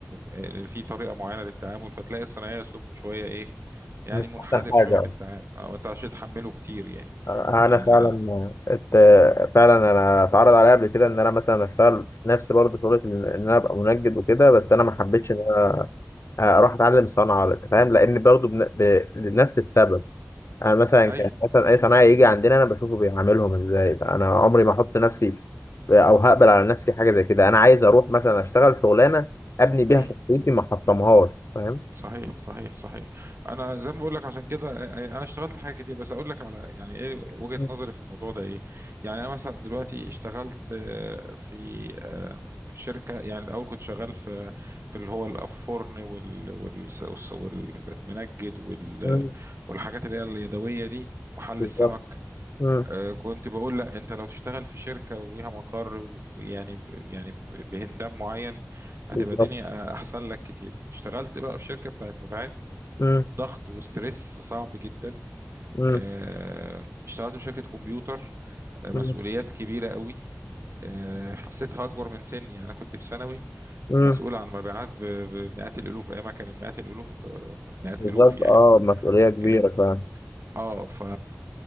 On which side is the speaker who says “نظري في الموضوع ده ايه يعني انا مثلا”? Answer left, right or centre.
Right